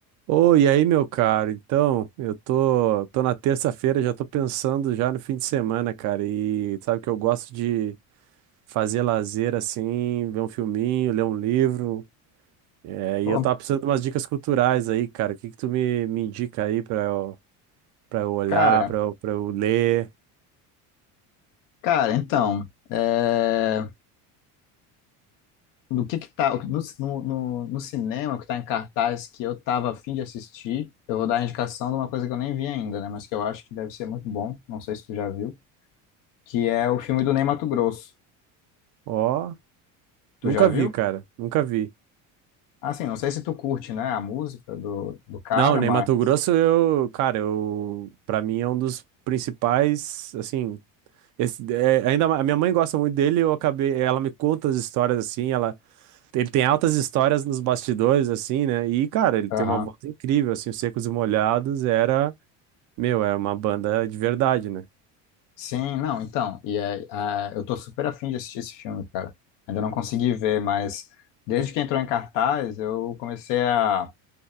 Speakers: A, on the right; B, on the left.
A: Oi, e aí, meu caro? Então, eu tô, tô na terça-feira, já tô pensando já no fim de semana, cara. E sabe que eu gosto de fazer lazer assim, ver um filminho, ler um livro. É, e
B: Pô,
A: eu tava precisando de umas dicas culturais aí, cara. O que que tu me, me indica aí pra eu, pra eu olhar,
B: Cara,
A: pra eu, pra eu ler?
B: cara, então, é, no que que tá, no, no, no- no cinema que tá em cartaz que eu tava a fim de assistir, eu vou dar a indicação de uma coisa que eu nem vi ainda, né, mas que eu acho que deve ser muito bom, não sei se tu já viu, que é o filme do Ney Matogrosso.
A: Ó, nunca
B: Tu já
A: vi,
B: viu?
A: cara. Nunca vi.
B: Assim, não sei se tu curte, né, a música do, do cara,
A: Não, nem
B: mas...
A: Mato Grosso, eu, cara, eu, pra mim é um dos principais, assim. Esse, é, ainda ma- a minha mãe gosta muito dele, eu acabei, ela me conta as histórias assim, ela ele tem altas histórias nos bastidores assim, né? E cara, ele tem
B: Aham.
A: uma voz incrível assim, os Secos e Molhados era, meu, é uma banda de verdade, né?
B: Sim, não, então, e é, ah, eu tô super afim de assistir esse filme, cara. Ainda não consegui ver, mas desde que entrou em cartaz, eu comecei a